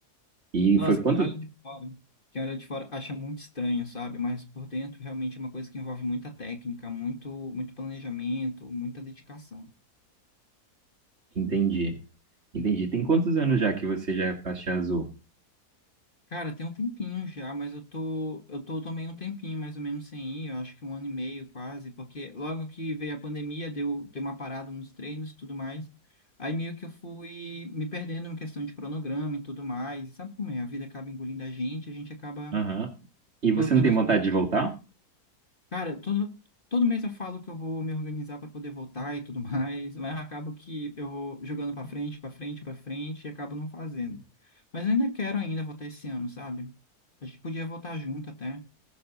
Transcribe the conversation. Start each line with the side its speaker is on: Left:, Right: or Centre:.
Right: E
Left: Nossa,
Right: foi quanto?
Left: quem olha de fora, quem olha de fora acha muito estranho, sabe? Mas por dentro realmente é uma coisa que envolve muita técnica, muito, muito planejamento, muita dedicação.
Right: Entendi, entendi. Tem quantos anos já que você já é faixa azul?
Left: Cara, tem um tempinho já, mas eu tô, eu tô também um tempinho mais ou menos sem ir, eu acho que um ano e meio quase, porque logo que veio a pandemia, deu, deu uma parada nos treinos e tudo mais. Aí meio que eu fui me perdendo em questão de cronograma e tudo mais. E sabe como é? A vida acaba engolindo a gente, a gente acaba
Right: Aham. E você
Left: colocando
Right: não tem
Left: as
Right: vontade
Left: coisas
Right: de voltar?
Left: Cara, todo, todo mês eu falo que eu vou me organizar para poder voltar e tudo <laughs> mais, mas acabo que eu vou jogando para frente, para frente, para frente e acabo não fazendo. Mas eu ainda quero ainda voltar esse ano, sabe? A gente podia voltar junto até.